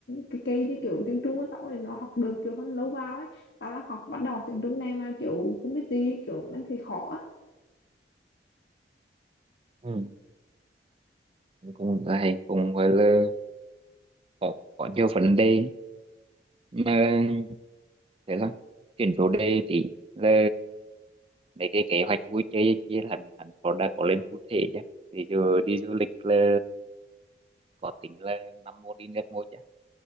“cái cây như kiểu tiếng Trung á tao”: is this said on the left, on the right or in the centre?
Left